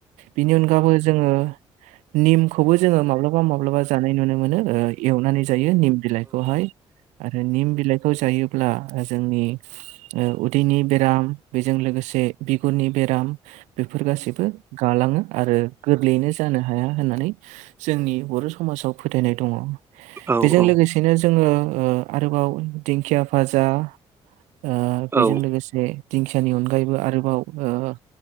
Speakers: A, on the right; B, on the right.
A: बिनि अनगाबबो जोङो निमखौबो जोङो माब्लाबा माब्लाबा जानाय नु मोनो ओ एवनानै जायो निम बिलाइखौहाय आरो निम बिलाइ खौ जायोब्ला जोंनि ओ उदैनि बेराम बेजों लोगोसे बिगुरनि बे राम बेफोर गासैबो गालाङो आरो गोरलैयैनो जानो हाया होननानै जोंनि बर' समाजाव फोथायनाय दङ।
B: औ
A: बेजों
B: औ
A: लोगोसेनो ङो ओ आरोबाव दिंखिया भाजा ओ बेजों
B: औ
A: लोगोसे दिंखियानि अनगायैबो आरोबाव ओ